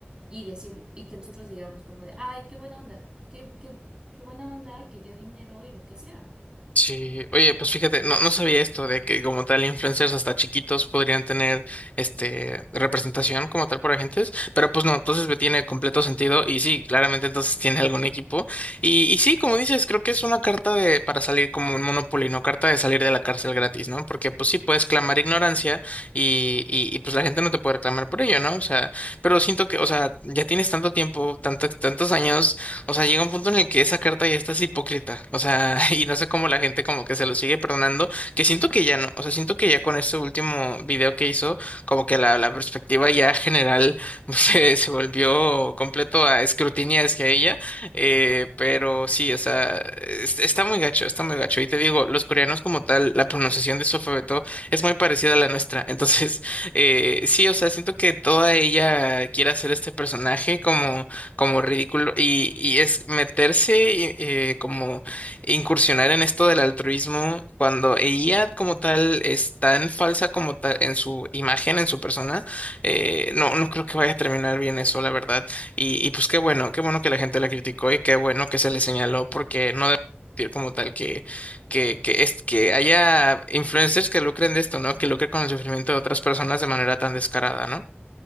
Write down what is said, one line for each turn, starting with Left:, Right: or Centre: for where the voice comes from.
Right: Y decir, y que nosotros digamos como de, ay, qué buena onda, qué, qué, qué buena onda que dio dinero y lo que sea.
Left: Sí, oye, pues fíjate, no, no sabía esto de que como tal influencers hasta chiquitos podrían tener este representación como tal por agentes, pero pues no, entonces me tiene completo sentido y sí, claramente entonces <laughs> tiene algún equipo y, y sí, como dices, creo que es una carta de para salir como un Monopoly, no carta de salir de la cárcel gratis, ¿no? Porque pues sí puedes clamar ignorancia y, y, y pues la gente no te puede reclamar por ello, ¿no? O sea, pero siento que, o sea, ya tienes tanto tiempo, tantos, tantos años. O sea, llega un punto en el que esa carta ya está es hipócrita. O sea, <laughs> y no sé cómo la gente como que se lo sigue perdonando, que siento que ya no. O sea, siento que ya con este último video que hizo, como que la, la perspectiva ya general <laughs> se, se volvió completo a escrutinio hacia ella. Eh, pero sí, o sea, es- está muy gacho, está muy gacho. Y te digo, los coreanos como tal, la pronunciación de su alfabeto es muy parecida a la nuestra. <laughs> Entonces, eh, sí, o sea, siento que toda ella quiere hacer este personaje como como ridículo y, y es meterse y, eh, como incursionar en esto del altruismo cuando ella como tal es tan falsa como tal en su imagen, en su persona, eh, no, no creo que vaya a terminar bien eso, la verdad. Y, y pues qué bueno, qué bueno que la gente la criticó y qué bueno que se le señaló porque no debe existir como tal que, que, que, es, que haya influencers que lucren de esto, ¿no? Que lucren con el sufrimiento de otras personas de manera tan descarada, ¿no?